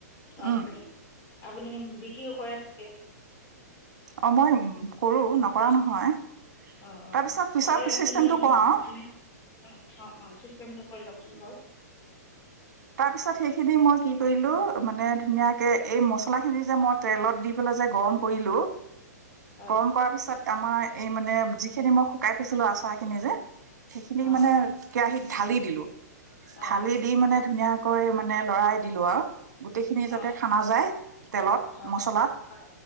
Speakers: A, on the left; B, on the right.
A: আপোনি
B: উম
A: আপুনি বিক্ৰীও কৰে চাগে
B: অ মই কৰো নকৰা নহয়
A: অ
B: তাৰপিছত
A: অ,
B: পিছত
A: সেইয়া
B: চিষ্টেমটো
A: কিনি আনিম
B: কওঁ আৰু
A: মানে অ অ অ চিষ্টেমটো কৰি লওকচোন বাও
B: তাৰ পিছত সেইখিনি মই কি কৰিলো মানে ধুনীয়াকে এই মছলা খিনি যে মই তেলত দি পেলাই যে গৰম কৰিলো
A: হয়
B: গৰম কৰাৰ পিছত আমাৰ এই মানে যিখিনি মই শুকাই থৈছিলো আচাৰ খিনি যে সেইখিনি
A: অ
B: মানে
A: অ
B: কেৰাহিত ঢালি দিলো
A: অ
B: থালি দি মানে ধুনীয়াকৈ মানে লৰাই দিলো আৰু গোটেইখিনি যাতে
A: অ
B: খানা যায় তেলত,
A: হয়
B: মচলাত,
A: হয়